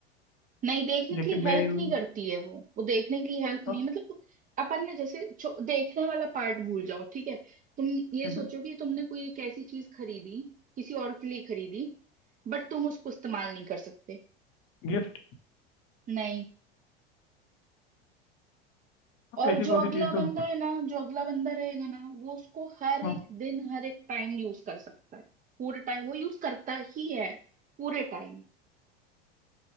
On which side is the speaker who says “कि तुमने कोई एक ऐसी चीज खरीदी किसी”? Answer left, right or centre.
Right